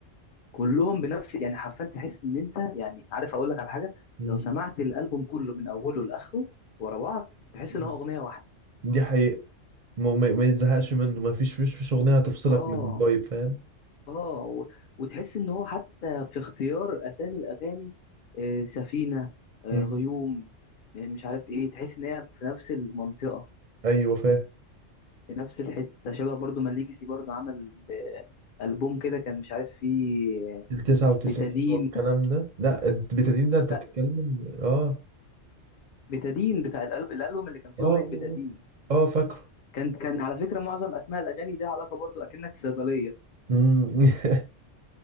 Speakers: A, on the left; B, on the right.
A: كلهم بنفس يعني حرفيا تحس ان انت يعني عارف اقول لك على حاجه
B: مم.
A: لو سمعت الالبوم كله من اوله لاخره ورا بعض تحس ان
B: مم.
A: هو اغنيه واحده
B: دي حقيقة ما, ما ما يتزهقش منه مفيش فيش فيش اغنية هتفصلك
A: اه
B: من الفايب فاهم
A: اه و... وتحس ان هو حتى في اختيار اسامي الاغاني آه سفينه آه
B: مم.
A: غيوم آه، مش عارف ايه تحس ان هي في نفس المنطقه
B: ايوه فاهم
A: في نفس الحته شبه برضو ما ليجسي برضو عمل آه البوم كده كان مش عارف فيه آه،
B: ال 99
A: بتدين
B: والكلام ده لا انت بتدين ده انت
A: لا
B: بتتكلم اه
A: بتدين بتاع الالب الالبوم اللي كان فيه
B: اه
A: اغنيه بتدين
B: اه, آه فاكره
A: كان كان على فكرة معظم أسماء الأغاني ليها علاقة برضو أكنك في صيدلية
B: مم. <laughs>